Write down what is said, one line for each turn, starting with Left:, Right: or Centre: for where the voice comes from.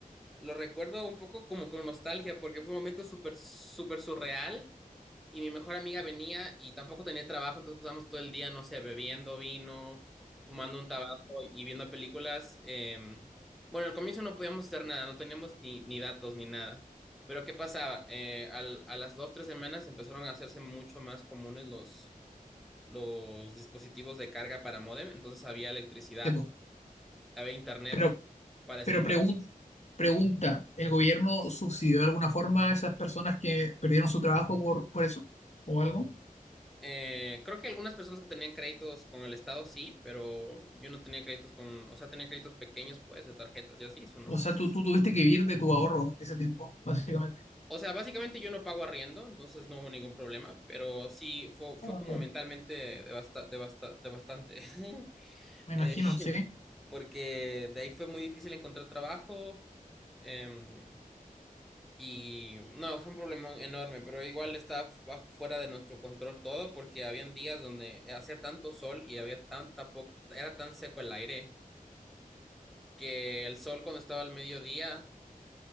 Centre: Lo recuerdo un poco como con nostalgia, porque fue un momento súper, súper surreal. Y mi mejor amiga venía y tampoco tenía trabajo, entonces pasamos todo el día, no sé, bebiendo vino, fumando un tabaco y viendo películas. em, bueno, al comienzo no podíamos hacer nada, no teníamos ni, ni datos ni nada. Pero ¿qué pasaba? Eh, al- a las dos, tres semanas empezaron a hacerse mucho más comunes los, los dispositivos de carga para módem, entonces había electricidad,
Left: Sí, po.
Centre: había internet
Left: Pero,
Centre: para ese
Left: Pero
Centre: módem.
Left: pregun- pregunta, ¿el gobierno subsidió de alguna forma a esas personas que perdieron su trabajo por, por eso? ¿O algo?
Centre: Eh, creo que algunas personas que tenían créditos con el Estado sí, pero yo no tenía créditos con, o sea, tenía créditos pequeños, pues, de tarjetas y así, eso no.
Left: O sea, tú, tú tuviste que vivir de tu ahorro ese tiempo, básicamente.
Centre: O sea, básicamente yo no pago arriendo, entonces no hubo ningún problema, pero sí fue, fue
Left: Ah,
Centre: como
Left: ya.
Centre: mentalmente devasta, devasta- devastante, <laughs>
Left: Me
Centre: Eh,
Left: imagino, ¿sí?
Centre: porque de ahí fue muy difícil encontrar trabajo. em, Y no, fue un problema enorme, pero igual estaba bajo- fuera de nuestro control todo porque habían días donde hacía tanto sol y había tanta poca, era tan seco el aire que el sol cuando estaba al mediodía